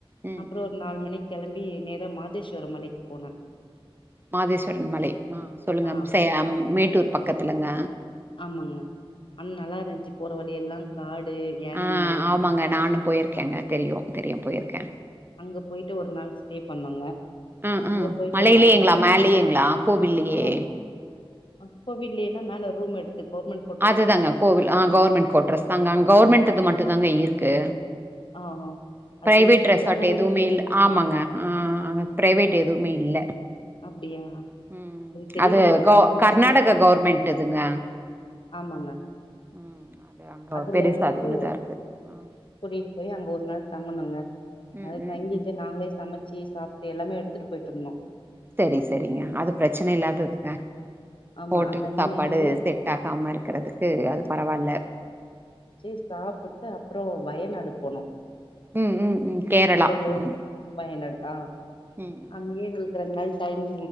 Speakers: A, on the right; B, on the left.
A: ம்
B: அப்புறம்
A: ம்
B: ஒரு நாலு
A: ம்
B: மணிக்கு கெளம்பி நேரா மாதேஸ்வர மலைக்கு போனே
A: மாதேஸ்வரன் மலை அ சொல்லுங்க
B: ஆ
A: மேட்டூர் பக்கத்துலங்க
B: ஆமாங்க ஆனா நல்லாருந்துச்சு போற வழி எல்லாம் காடு யானைங்க
A: ஆ ஆமாங்க நானும் போயிருக்கேங்க தெரியும் தெரியும் போயிருக்கேன்
B: அங்க போயிட்டு ஒரு நாள் ஸ்டே பண்ணோங்க
A: ஆ
B: அங்க
A: ஆ
B: போயிட்டு
A: மலையிலயேங்களா
B: ஒரு நாள் தங்கி
A: மேலயேங்களா கோவில்லயே
B: ஆமா அப்போ விடல்லைன்னா மேல ரூம் எடுத்து கௌர்மெண்ட்
A: அதுதாங்க கோவில் அ கௌவர்மெண்ட் கோட்ரஸ் தாங்க அ கௌவர்மெண்ட்து மட்டும் தாங்க இருக்கு
B: ஆ ஆ. அது
A: பிரைவேட்
B: பெரிய பங்களா
A: ரெசார்ட்
B: மாரி
A: எதுவுமே
B: ஒண்ணு இருந்துச்சுங்க
A: இல்ல ஆமாங்க அ அங்க பிரைவேட் எதுவுமே இல்ல
B: அப்டியா
A: ம்
B: தெரியலீங்க
A: அது கௌ
B: ஃப்ரெண்டுங்க
A: கர்நாடக
B: கூட்டிட்
A: கவுர்மெண்ட்டுதுங்க
B: ஆமாங்க
A: ம் அது அங்க
B: அதுல
A: பெருசா
B: வந்துட்டு
A: அது ஒண்ணுதான் இருக்கு ம்
B: கூட்டிட்டு போய் அங்க ஒரு நாள் தங்கனோங்க
A: ம்
B: அத
A: ம்
B: தங்கிட்டு
A: ம்
B: நாங்களே சமச்சி சி சாப்ட்டு எல்லாமே எடுத்துட்டு போயிட்டிருந்தோம்
A: செரி செரிங்க அது பிரச்சன இல்லாததுங்க
B: ஆமா
A: ஹோட்டல்
B: அங்கங்க
A: சாப்பாடு
B: நின்டு
A: செட் ஆகாம இருக்குறதுக்கு அது பரவால்ல
B: சி சாப்புட்டு அப்புறம் வயநாடு போனோம்
A: ம் ம் ம் கேரளா
B: கூடலூர்
A: ம்
B: வயநாடு அ
A: ம்
B: அங்கயே
A: ம்
B: எங்களுக்கு ரெண்டு நாள் டைம்